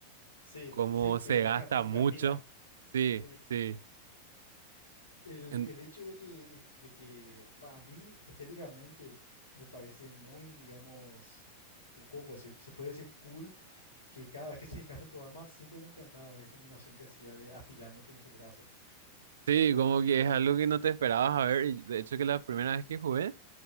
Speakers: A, on the left (about 75°); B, on the right (about 65°).
A: sí,
B: cómo
A: sí, que,
B: se gasta
A: que como
B: mucho.
A: que afila.
B: Sí,
A: Sí.
B: sí.
A: El,
B: En-
A: el hecho de que, de que para mí estéticamente me parece muy, digamos, ¿cómo cómo puedo decir? Se puede decir cool que cada vez que se desgasta tu arma siempre me encantaba ver esa animación que hacía de afilando con su brazo.
B: sí, como que es algo que no te esperabas a ver. y de hecho, que la primera vez que jugué,